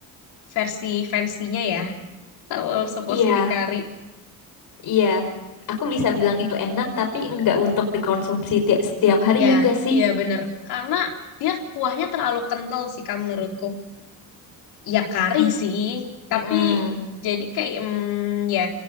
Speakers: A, on the left (about 75°); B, on the left (about 60°).
A: versi fancy-nya ya. Kalau seporsi
B: Iya,
A: mie kari.
B: iya. Aku bisa bilang itu enak tapi nggak untuk dikonsumsi tiap setiap hari
A: Ya,
B: ya nggak sih?
A: iya bener. Karena dia kuahnya terlalu kental sih Kak menurutku. Ya kari
B: Mm,
A: sih, tapi
B: mm-mm.
A: jadi kayak mm, ya